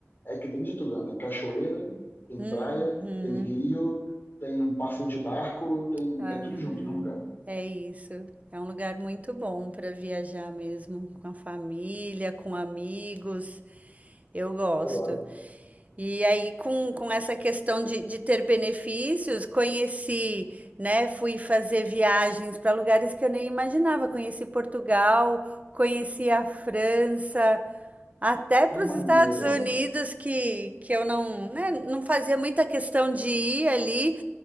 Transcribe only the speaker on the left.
é que tem de tudo, né? Tem cachoeira, tem
praia, tem rio, tem um passeio de barco, tem...
é tudo junto no mesmo lugar.
Adoro.
Que
maneiro.